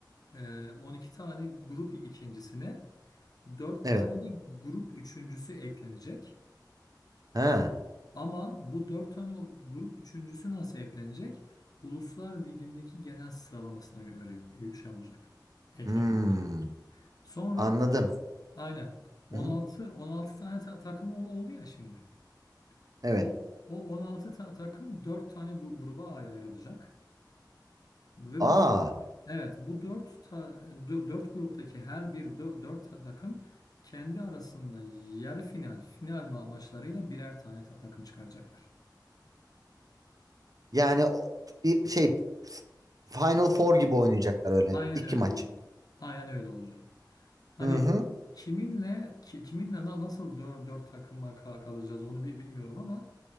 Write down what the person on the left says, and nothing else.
e, 12 tane grup ikincisine 4
tane de grup üçüncüsü eklenecek.
Ee, ama bu dört tane o grup üçüncüsü nasıl eklenecek? Uluslar Ligi'ndeki genel sıralamasına göre şey olacak. Ek,
eklenecek. Sonra
aynen 16
16 tane ta- takım ol- oldu ya şimdi.
O o 16 ta- takım 4 tane gu- gruba ay- ayrılacak. Ve
bu dö- evet bu 4 ta, 4 gruptaki her bir 4 takım kendi arasında yarı final, final ma- maçlarıyla birer tane ta- takım çıkaracaklar.
Aynen
öyle
olacak. Aynen öyle olacak. Hani
kiminle ki- kiminle na- nasıl dört, dört takıma ka- kalacağız onu bi- bilmiyorum ama